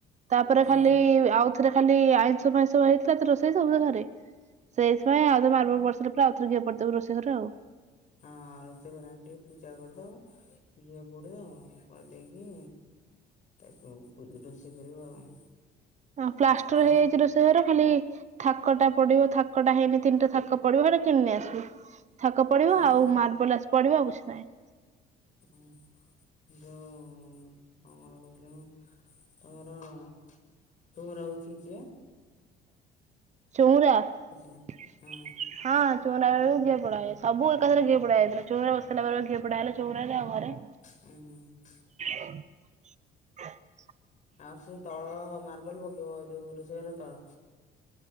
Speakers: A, on the right; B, on the left.
A: ତାପରେ
B: ହୁଁ
A: ଖାଲି ଆଉଥରେ ଖାଲି ଆଇ ଆଇଁଷ ଫାଇଁଶ ହେଇଥିଲା ତ ରୋଷେଇ ସବୁ ସେ ଘରେ। ସେଇଥିପାଇଁ ଆଉଥରେ ମାର୍ବଲ ପଡିଲା ସାରିଲା ପରେ ଆଉଥରେ ଘିଅ ପୋଡିଦବୁ ରୋଷେଇ ଘରେ ଆଉ।
B: ହଁ ରୋଷେଇ ଘରେ ଆଣି ଟିକେ ପୂଜା କରିଦବ ଘିଅ ପୋଡି ଦବ ପୋଡିଦେଇକି। ତାକୁ ପୂ ରୋଷେଇ କରିବ ଆଉ।
A: ହଁ ପ୍ଲାଷ୍ଟର
B: ତ
A: ହେଇଯାଇଛି ରୋଷେଇ ଘର ଖାଲି। ଥାକଟା ପଡିବ ଥାକଟା ହେଇନି ତିନିଟା ଥାକ ପଡିବ ହେଟା କିଣିନେଇ ଆସିବୁ। ଥାକ ପଡିବ
B: ହଁ ମ
A: ଆଉ ମାର୍ବଲ ଆସି ପଡିବ ଆଉ କିଛି ନାହିଁ।
B: ହୁଁ ଯୋଉ କଣ ଗୋଟେ କହୁଥିଲି ମୁଁ। ତମର ଚଉଁରା ହଉଚି କିଏ?
A: ଚଉଁରା ହଁ
B: ନା? ହୁଁ
A: ଚଉ ଚଉରା ମୂଳ ରେ ବି ପୋଡାହୁଏ ସବୁ ଏକାଥରେ ଘିଅ ପୋଡାହେଇଥିଲା ଚଉଁରା ବସ ସାଇଲା ପରେ ପା ଘିଅ ପୋଡା ହେଲା ଚଉଁରା ଆଉ ଘରେ।
B: ହୁଁ ହୁଁ।
A: ଠଂଗ, ଠଙ୍ଗ
B: ଆଉ ସେ ତଳ ମାର୍ବଲ ପକେଇବ ଯୋଉ ରୋଷେଇ ଘର ତଳ।